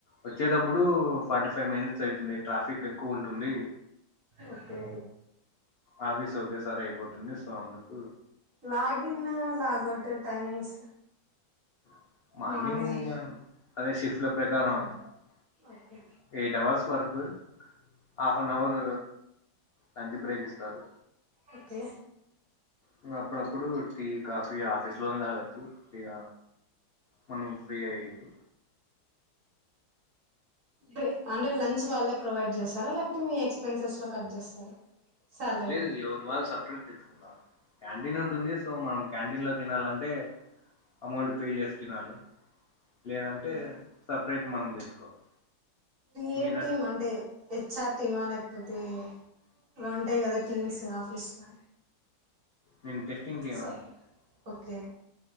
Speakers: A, on the left; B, on the right.
A: వచ్చేటప్పుడు ఫార్టీ ఫైవ్ మినిట్స్ అవుతుంది ట్రాఫిక్ ఎక్కువ ఉంటుంది
B: ఓకే
A: ఆఫీసు ఒకేసారి అయిపోతుంది సో అందుకు
B: login log out timings
A: morning ఇగ అదే
B: మార్నింగ్
A: షిఫ్ట్ లు ప్రకారం అంతేగ్యాప్ పాటు వారి సంఖ్య పెరుగుతుందని పెరిగిందని హ హక్కు ప్రకారం
B: okay
A: eight hours work half an hour lunch break ఇస్తారు
B: ఓకే
A: ఇగ అప్పుడప్పుడు టీ కాపీ ఆఫీస్ లోనే తాగచ్చు ఇగ మనకు ఫ్రీ ఏ ఇది
B: దే అంటే లంచ్ వాళ్ళే ప్రొవైడ్ చేస్తారా లేకపోతే మీ ఎక్స్పెన్సెస్ లో కట్ చేస్తారా శాలరీ
A: లేదు
B: లో
A: ఎవరి వాళ్ళు సపరేట్ తెచ్చుకుందాం క్యాంటీన్ ఉంటుంది సో మనం క్యాంటీన్లో తినాలంటే అమౌంట్ పే చేసి తినాలి లేదంటే
B: ఓకే
A: సపరేట్ మనం తెచ్చుకోవాలి
B: ఏ
A: మీరు
B: టీం అంటే హెచ్ఆర్ టీమా లేకపోతే అలా ఉంటాయి కదా టీమ్స్ ఆఫీస్లో
A: నేను టెస్టింగ్ టీమ్
B: సో
A: అండి
B: ఓకే